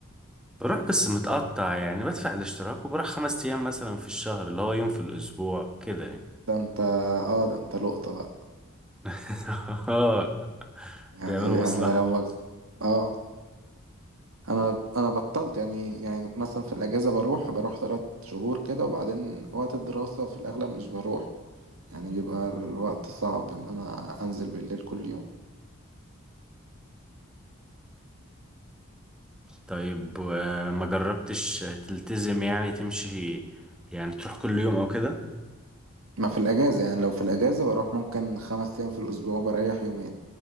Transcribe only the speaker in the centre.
بروح بس متقطع يعني بدفع الاشتراك وبروح خمس أيام مثلا في الشهر اللي هو يوم في الأسبوع كده يعني
<laughs> اه
بيعملوا مصلحة
طيب آه، ما جربتش تلتزم يعني تمشي يعني تروح كل يوم أو كده